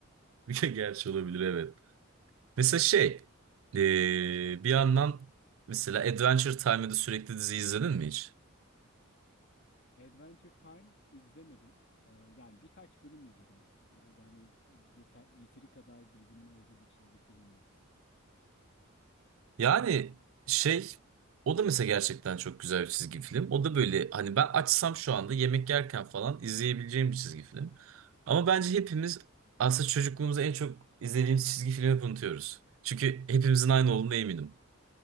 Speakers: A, on the right; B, on the left.
A: <laughs> Bir Gerçi olabilir evet. Mesela şey. ee, bir yandan mesela Adventure Time'da sürekli dizi izledin mi hiç?
B: Adventure Time izlemedim. Ee, yani birkaç bölüm izledim. Böyle hani yeter, yeteri kadar bilgimin olduğu bir çizgi film değil.
A: Yani şey o da mesela gerçekten çok güzel bir çizgi film. O da böyle hani ben açsam şu anda yemek yerken falan izleyebileceğim bir çizgi film. Ama bence hepimiz aslında çocukluğumuzda en çok izlediğimiz çizgi filmi hep unutuyoruz. Çünkü hepimizin aynı olduğuna eminim.